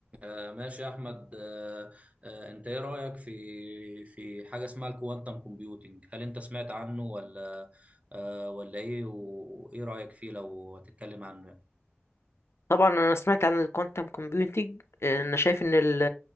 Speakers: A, on the right (about 35°); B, on the left (about 80°).
A: آه، ماشي يا احمد آه، آه، انت ايه رايك في في حاجه اسمها الكوانتم كومبيوتنج هل انت سمعت عنه ولا آه، ولا ايه وايه رايك فيه لو هتتكلم عنه
B: طبعا انا سمعت عن الكوانتم كومبيوتنج انا شايف ان ال